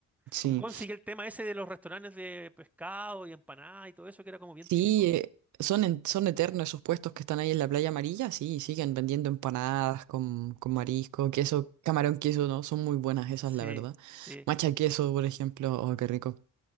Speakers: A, on the right (about 75°); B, in the centre.
A: Sí.
B: Como consigue el tema ese de los restaurantes de pescado y empanadas y todo eso, que era como bien
A: Sí,
B: típico.
A: eh, son, en- son eternos esos puestos que están ahí en la playa amarilla. Sí, siguen vendiendo empanadas con, con marisco, queso, camarón, queso, ¿no? Son muy buenas esas,
B: Sí,
A: la verdad.
B: sí.
A: Macha queso, por ejemplo. Oh, qué rico.